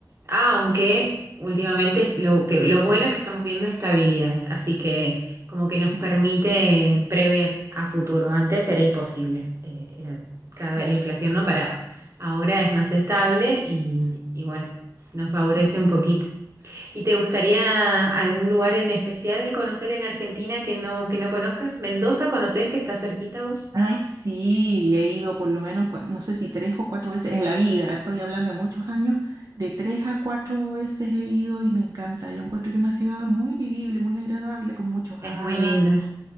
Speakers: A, on the right; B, on the right.
A: ah, aunque últimamente lo que, lo bueno es que estamos viendo estabilidad, así que como que nos
B: mm,
A: permite prever a futuro. Antes era imposible, eh, era cada
B: claro.
A: vez la inflación no paraba. Ahora es más
B: Mm,
A: estable y, y bueno, nos favorece
B: mm.
A: un poquito. ¿Y te gustaría algún lugar en especial conocer en Argentina que no, que no conozcas? ¿Mendoza conoces que está cerquita vos?
B: Ay, sí, he ido por lo menos, cua- no sé si tres o cuatro veces en la vida, estoy hablando de muchos años, de tres a cuatro veces he ido y me encanta. Yo encuentro que es una ciudad muy vivible, muy agradable, con muchos
A: Es
B: árboles,
A: muy linda.